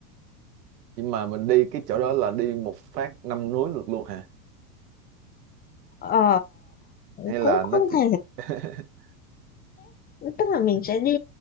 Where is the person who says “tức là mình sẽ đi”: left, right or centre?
Left